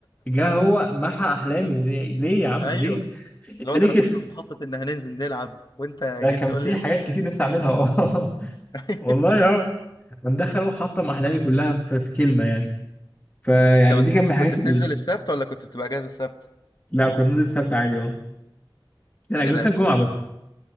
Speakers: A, on the left; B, on the left.
A: جه هو محى احلامي ليه ليه يا عم
B: ايوه
A: ليه <laughs> انت
B: الواد
A: ليه
B: انا
A: كده
B: كنت مخطط ان هننزل نلعب وانت
A: ده
B: جيت
A: كان
B: تقول
A: في
B: لي لا
A: حاجات كتير نفسي اعملها <laughs>
B: <laughs>
A: والله اه كان دخل هو حطم احلامي كلها في في كلمه يعني فيعني
B: انت ما
A: دي
B: كنت
A: كانت من الحاجات
B: كنت بتنزل
A: اللي
B: السبت ولا كنت بتبقى اجازه السبت
A: لا كنا بننزل السبت عادي اه لا اجازتنا
B: ايه ده
A: الجمعه بس